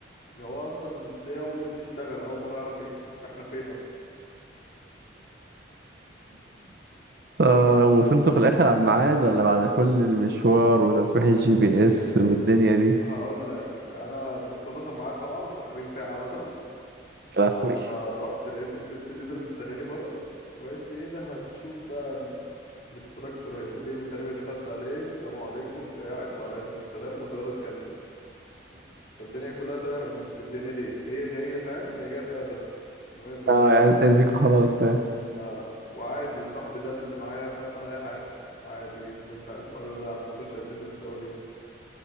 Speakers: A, on the left; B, on the right.
A: هو اصلا تلاقيه اول يوم يشتغل اول مره يعرف ايه فاحنا فين اصلا
B: آه وصلتوا في الاخر على الميعاد ولا بعد كل المشوار وتصحيح الجي
A: آه،
B: بي اس والدنيا دي
A: هقول لك انا وصلناش على الميعاد طبعا متاخرين ساعه مثلا
B: يا لهوي
A: انا رحت لقيت البت الليدر مستناني بره وقالت لي ايه ده هشوف بقى ال- الانستراكتور هيقول ايه ومش عارف ايه دخلت عليه السلام عليكم انت قاعد وعليكم السلام وتقعد اتكلم فالدنيا كلها تمام قامت مدياني ليت هي جايه فاهم هي جايه في اذى مهم
B: اه
A: بقى فاهم
B: عايز تأذيكوا خلاص آه.
A: اه وعادي وصاحبي ده اللي معايا فاهم ولا اي حاجه عادي جدا فاهم قالوا لا ما بناخدش اتندنس اول يوم